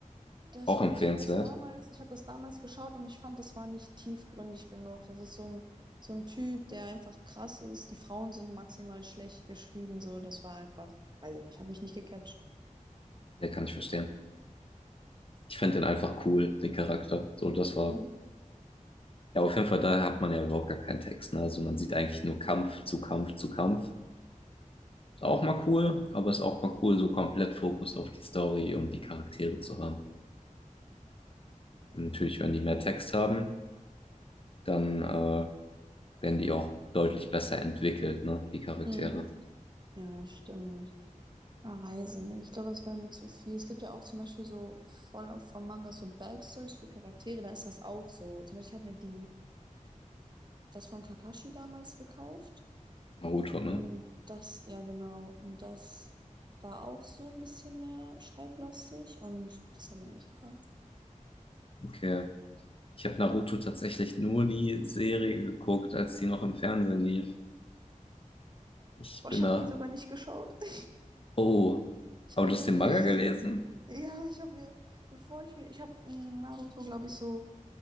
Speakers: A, on the right; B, on the left.
A: das
B: Auch
A: hat
B: empfehlenswert.
A: mir, ich habe das damals, ich habe das damals geschaut und ich fand, das war nicht tiefgründig genug. Das ist so ein, so ein Typ, der einfach krass ist. Die Frauen sind maximal schlecht geschrieben, so. Das war einfach, weiß ich nicht, habe mich nicht gecatcht.
B: Ja, kann ich verstehen. Ich finde den einfach cool, den Charakter. So, das war
A: Hm.
B: Ja, auf jeden Fall, da hat man ja überhaupt gar keinen Text. Ne? Also man sieht eigentlich nur Kampf zu Kampf zu Kampf. Ist auch mal cool, aber ist auch mal cool, so komplett Fokus auf die Story und die Charaktere zu haben. Und natürlich, wenn die mehr Text haben, dann äh, werden die auch deutlich besser entwickelt, ne? Die Charaktere.
A: Hm. Ja, stimmt. Ah, weiß ich nicht. Ich glaube, das wäre mir zu viel. Es gibt ja auch zum Beispiel so voll oft von Mangas so Backstories für Charaktere, da ist das auch so. Zum Beispiel, ich habe mir die, das von Kakashi damals gekauft.
B: Naruto, ne?
A: Und das, ja genau, und das war auch so ein bisschen mehr schreiblastig und das hat mir nicht gefallen.
B: Okay. Ich habe Naruto tatsächlich nur die Serie geguckt, als sie noch im Fernsehen lief. Ich
A: Boah,
B: bin
A: ich habe
B: da.
A: die sogar nicht geschaut. <laughs>
B: Oh.
A: Ich
B: Aber
A: habe
B: du
A: nur
B: hast den
A: gelesen.
B: Manga gelesen?
A: Ja, ich habe mir, bevor ich mir, ich habe Naruto, glaube ich, so